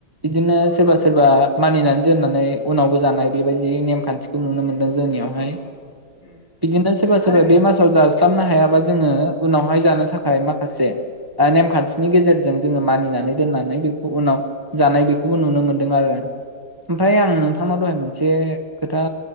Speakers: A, on the right; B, on the left.
A: बिदिनो सोरबा सोरबा मानिनानै दोननानै उनावबो जानाय बेबायदि दि नेम खान्थिखौ नुनो मोनदों। जोंनियावहाय
B: औ उम
A: बिदिनो सोरबा सोरबा
B: आरो
A: बे मासाव जास्लाबनो हायाबा जोङो उनावहाय जानो थाखाय माखासे नेमखान्थिनि गेजेरजों जोङो मानिनानै दोननानै बेखौ उनाव जानाय बेखौबो नुनो मोन्दों आरो। ओमफ्राय
B: औ
A: आं नोंथांनाव दहाय मोनसे खोथा